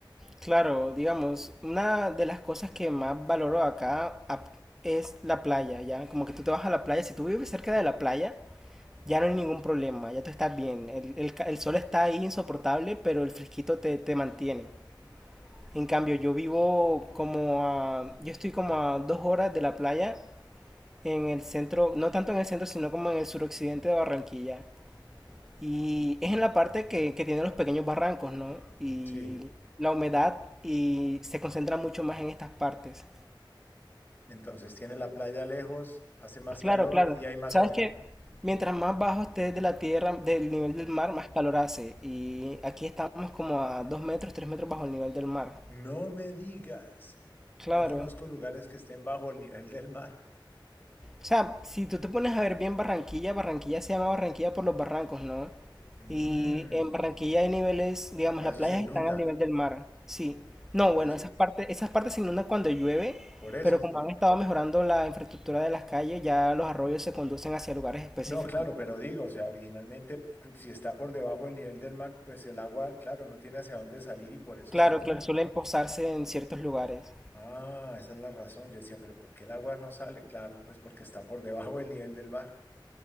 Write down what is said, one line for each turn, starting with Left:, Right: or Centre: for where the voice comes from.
Centre: Claro, digamos, una de las cosas que más valoro acá ap- es la playa, ¿ya? Como que tú te vas a la playa, si tú vives cerca de la playa, ya no hay ningún problema, ya tú estás bien. El, el ca- el sol está ahí insoportable, pero el fresquito te, te mantiene. En cambio, yo vivo como a... Yo estoy como a dos horas de la playa en el centro, no tanto en el centro, sino como en el suroccidente de Barranquilla. Y es en la parte que, que tiene los pequeños barrancos, ¿no? Y
Left: Sí,
Centre: la humedad y se concentra mucho más en estas partes.
Left: entonces tiene la playa lejos, hace más
Centre: Claro,
Left: calor
Centre: claro.
Left: y hay más
Centre: Sabes
Left: humedad.
Centre: que mientras más bajo estés de la tierra, del nivel del mar, más calor hace. Y aquí estamos como a 2 metros, 3 metros bajo el nivel del mar.
Left: No me digas,
Centre: Claro.
Left: no conozco lugares que estén bajo el nivel del mar.
Centre: O sea, si tú te pones a ver bien Barranquilla, Barranquilla se llama Barranquilla por los barrancos, ¿no?
Left: Mm,
Centre: Y en Barranquilla hay niveles, digamos,
Left: por
Centre: las
Left: eso
Centre: playas
Left: se inunda,
Centre: están al nivel del mar. Sí. No,
Left: por
Centre: bueno,
Left: eso,
Centre: esas partes, esas partes se inundan cuando llueve,
Left: por eso,
Centre: pero como
Left: por-
Centre: han estado mejorando la infraestructura de las calles, ya los arroyos se conducen hacia lugares específicos.
Left: No, claro, pero digo, o sea, originalmente si está por debajo del nivel del mar, pues el agua, claro, no tiene hacia dónde salir y por eso
Centre: Claro,
Left: se inunda.
Centre: claro, suelen posarse en ciertos lugares.
Left: Ah, esa es la razón. Yo decía, pero ¿por qué el agua no sale? Claro, pues porque está por debajo del nivel del mar.